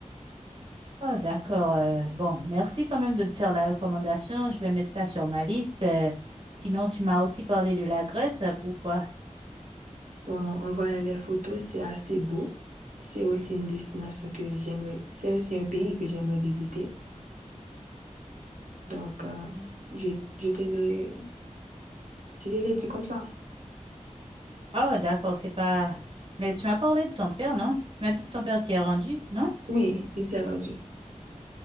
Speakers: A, on the right; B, on the right.
A: Oh, d'accord. euh, bon, merci quand même de me faire la recommandation. Je vais mettre ça sur ma liste. euh, sinon, tu m'as aussi parlé de la Grèce. euh, Pourquoi?
B: Bon, en voyant les photos, c'est assez beau. C'est aussi une destination que j'aimerais, c'est aussi un pays que j'aimerais visiter. Donc, euh, je, je te le, je te le dis comme ça.
A: Oh, d'accord, c'est pas... Mais tu m'as parlé de ton père, non? Tu m'as dit que ton père s'y est rendu, non?
B: Oui, il s'est rendu.